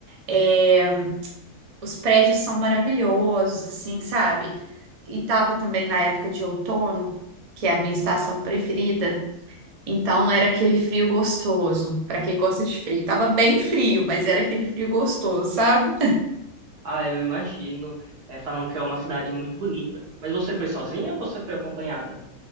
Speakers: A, on the right; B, on the right.
A: é, os prédios são maravilhosos, assim, sabe? E estava também na época de outono, que é a minha estação preferida. Então era aquele frio gostoso, pra quem gosta de frio. Tava bem frio, mas era aquele frio gostoso, sabe?
B: Ah, eu imagino. É, falam que é uma cidade muito bonita. Mas você foi sozinha ou você foi acompanhada?